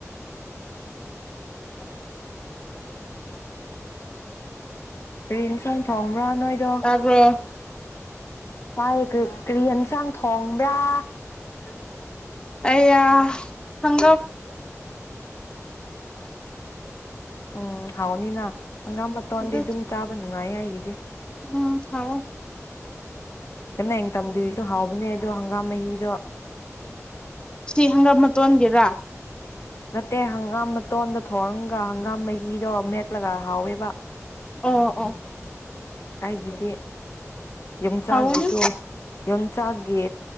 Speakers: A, on the left; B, on the left.
A: <unintelligible> ꯀꯩ ꯏꯟꯁꯥꯡ ꯊꯣꯡ ꯄꯨ꯭ꯔꯥ ꯅꯣꯏꯗ
B: ꯇꯥꯕ꯭ꯔꯣ
A: ꯇꯥꯏ ꯥꯀꯔꯤ ꯌꯦꯟꯁꯥꯡ ꯊꯣꯡꯕ꯭ꯔꯥ <unintelligible>
B: ꯑꯩꯌꯥ ꯑꯝ
A: ꯇ <unintelligible> ꯎꯝ ꯍꯥꯎꯅꯤꯅ ꯍꯪꯒꯥꯝ ꯃꯇꯣꯟꯗꯤ
B: ꯑꯗꯨ
A: ꯑꯗꯨꯝ ꯆꯥꯕ ꯅꯨꯡꯉꯥꯏ ꯑꯩ <unintelligible>
B: ꯎꯝ ꯍꯥꯎꯑ‌ꯦ
A: <unintelligible> ꯇꯗꯣꯏꯁꯨ ꯍꯥꯎꯕꯅꯦ ꯑꯗ‌ꯣ ꯥ ꯃꯍꯤꯗꯣ
B: ꯁꯤ ꯍꯪꯒꯥꯝ ꯃꯇꯣꯟꯒꯦꯔꯥ
A: ꯅꯠꯇꯦ ꯍꯪꯒꯥꯝ ꯃꯇ ꯃꯇꯣꯟꯗ ꯊꯣꯔꯝꯒ ꯍꯪꯒꯥꯝꯝꯕ ꯍꯤꯗꯣ ꯃꯦꯠꯂꯒ ꯍꯥꯎꯋꯦꯕ
B: ꯑꯣ ꯑꯣ
A: ꯑꯩꯒꯤꯗꯤ ꯌꯣꯡꯆꯥꯛꯒꯤꯁꯨ
B: ꯍꯥꯎꯅꯤ
A: ꯌꯣꯡꯆꯥꯛꯒꯤ